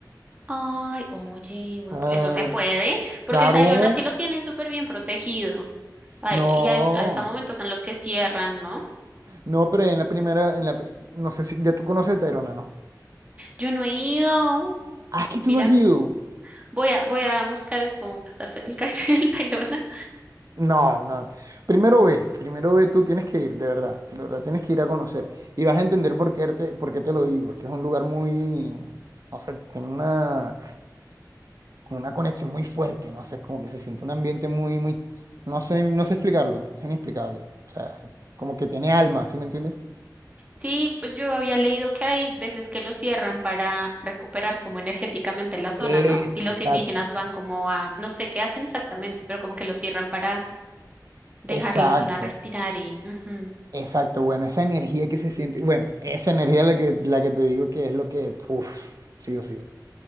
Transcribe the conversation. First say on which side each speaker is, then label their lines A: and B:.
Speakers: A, on the right; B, on the right.
A: Ay, oye, buen
B: Ah,
A: pu- eso se puede, porque
B: claro,
A: el Tayrona sí lo tienen súper bien protegido. Ay,
B: no,
A: y a, es- a hasta momentos en los que cierran, ¿no?
B: no, pero en la primera, en la, pri- no sé si ya tú conoces el Tayrona, ¿no?
A: Yo no he ido.
B: Ah, es que tú
A: Mira.
B: no has ido.
A: Voy a, voy a buscar cómo casarse en el Cairo y <laughs> el Tayrona.
B: No, no. Primero ve, primero ve, tú tienes que ir, de verdad, de verdad, tienes que ir a conocer. Y vas a entender por qué te, por qué te lo digo. Es que es un lugar muy, no sé, tiene una como una conexión muy fuerte, no sé, es como que se siente un ambiente muy, muy, no sé, no sé explicarlo, es inexplicable. O sea, como que tiene alma, ¿sí me entiendes?
A: Sí, pues yo había leído que hay veces que lo cierran para recuperar como energéticamente la zona,
B: Eso,
A: ¿no? Y los
B: exacto,
A: indígenas van como a, no sé qué hacen exactamente, pero como que lo cierran para dejar
B: exacto,
A: la zona respirar y... ujú.
B: exacto, bueno, esa energía que se siente, bueno, esa energía la que, la que te digo que es lo que, uff, sí o sí.